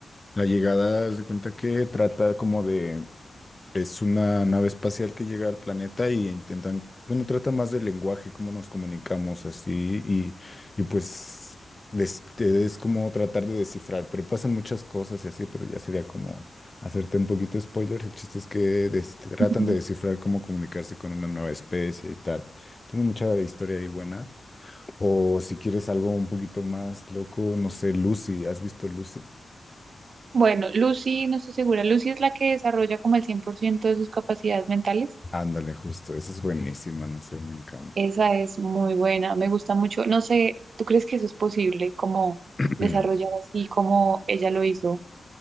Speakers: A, on the left; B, on the right.
A: La Llegada, haz de cuenta que trata como de Es una nave espacial que llega al planeta y intentan, bueno, trata más del lenguaje, cómo nos comunicamos así y, y pues des- te- es como tratar de descifrar, pero pasan muchas cosas y así, pero ya sería como hacerte un poquito de spoilers. El chiste es que des- tratan
B: Ujú.
A: de descifrar cómo comunicarse con una nueva especie y tal. Tiene mucha historia ahí buena. O si quieres algo un poquito más loco, no sé, Lucy, ¿has visto Lucy?
B: Bueno, Lucy, no estoy segura. Lucy es la que desarrolla como el 100% de sus capacidades mentales.
A: Ándale, justo, esa es buenísima, no sé, me encanta.
B: Esa es muy buena, me gusta mucho. No sé, ¿tú crees que eso es posible, como
A: <clears throat>
B: desarrollar así como ella lo hizo?